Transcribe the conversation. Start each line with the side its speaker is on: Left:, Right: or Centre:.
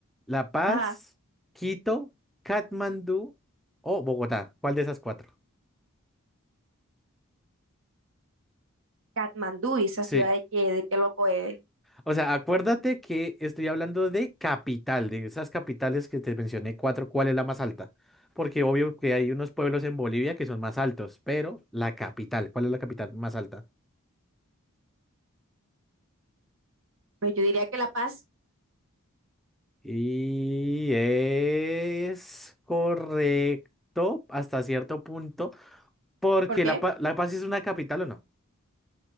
Centre: La Paz,
Right: Ajá.
Centre: Quito, Katmandú o Bogotá. ¿Cuál de esas cuatro?
Right: Katmandú, ¿y esa
Centre: Sí,
Right: ciudad de qué, de qué loco es.
Centre: O sea, acuérdate que estoy hablando de capital, de esas capitales que te mencioné cuatro, ¿cuál es la más alta? Porque obvio que hay unos pueblos en Bolivia que son más altos, pero la capital, ¿cuál es la capital más alta?
Right: Pues yo diría que La Paz,
Centre: Y es correcto hasta cierto punto, porque
Right: ¿por qué?
Centre: La, Pa- La Paz es una capital o no,